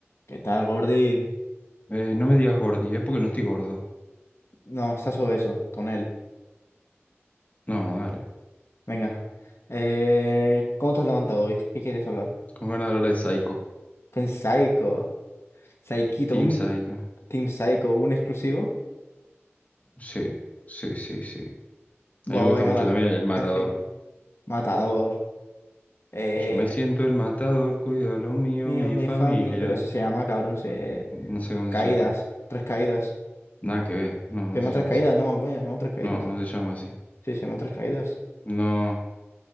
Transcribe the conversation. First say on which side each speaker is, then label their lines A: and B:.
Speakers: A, on the left; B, on the left.
A: ¿Qué tal, Gordy?
B: Eh, no me digas gordi, ¿eh? Porque no estoy gordo.
A: No, está sobre tonel.
B: No, dale.
A: Venga. Eh, ¿cómo te has levantado hoy? ¿Qué quieres hablar?
B: Con ganas de hablar de Psycho.
A: Con Psycho. Psyquito,
B: Team
A: un
B: Psycho.
A: Team Psycho, un exclusivo.
B: Sí, sí, sí, sí.
A: Vamos,
B: A mí me gusta
A: venga,
B: mucho
A: va.
B: también el matador.
A: Canción. Matador. Eh,
B: Yo me siento el matador, cuido lo mío,
A: mío,
B: mi
A: mi
B: familia.
A: familia. Pero eso se llama, cabrón. se-
B: No sé cómo
A: Caídas.
B: se llama.
A: Tres caídas.
B: Nada que ver. No, no
A: Se llama
B: se
A: tres
B: llama
A: caídas,
B: así.
A: no, man, coño, se llama tres caídas.
B: No, no se llama así.
A: Sí, se llama tres caídas.
B: No,